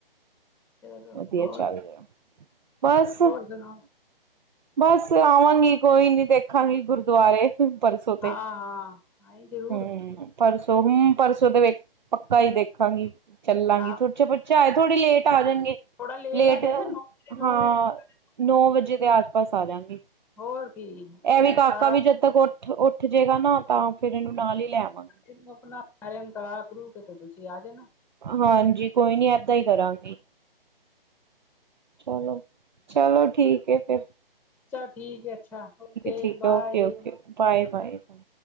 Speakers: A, in the centre; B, on the right.
A: ਚਲੋ
B: ਵਦੀਆਂ
A: ਹੋਰ
B: ਚੱਲ ਰਿਆ ਬਸ।
A: ਹੋਰ ਸੁਣਾਓ
B: ਬਸ ਆਵਾਂਗੀ ਕੋਈ ਨੀ ਦੇਖਾਂਗੀ ਗੁਰਦੁਆਰੇ। ਪਰਸੋ
A: ਹਾਂ
B: ਤੇ
A: ਹਾਂ ਆਈ ਜ਼ਰੂਰ
B: ਹੂੰ ਪਰਸੋਂ ਹੂੰ ਪਰਸੋਂ ਦੇ ਵੇਖ ਪੱਕਾ ਈ ਦੇਖਾਂਗੀ। ਚੱਲਾਂਗੀ
A: ਹਾਂ
B: ਥਛੇ ਪੁੱਛੇ ਆਏ ਥੋੜੀ ਲੇਟ ਆ ਜਾਣਗੇ।
A: ਥੋੜਾ
B: ਲੇਟ
A: ਆ ਜਾਏਗਾ ਨੌ ਵਜੇ ਨੌ
B: ਹਾਂ
A: ਵਜੇ
B: ਨੌ ਵਜੇ ਦੇ ਆਸ ਪਾਸ ਆ ਜਾਂਗੀ।
A: ਹੋਰ ਕੀ
B: ਐ
A: ਇਹ
B: ਵੀ ਕਾਕਾ
A: ਸਾਰਾ
B: ਵੀ ਜਦ ਤੱਕ ਉੱਠ ਉੱਠ ਜੇਗਾ ਨਾ ਤਾਂ ਫੇਰ ਐਨੂੰ ਨਾਲ ਈ ਲੈਵਾਂਗੇ।
A: ਇਸਨੂੰ ਅਪਣਾ <unintelligible> ਕਰਾ ਕਰੂ ਕੇ ਤੇ ਤੁਸੀਂ ਆ ਜਾਣਾ।
B: ਹਾਂਜੀ ਕੋਈ ਨੀ ਏਦਾਂ ਈ ਕਰਾਂਗੀ ਚਲੋ। ਚਲੋ ਠੀਕ ਏ ਫੇਰ।
A: ਚਲ ਠੀਕ ਐ ਅੱਛਾ ਓਕੇ
B: ਠੀਕ
A: bye.
B: ਹੈ okay Okay bye, bye, bye.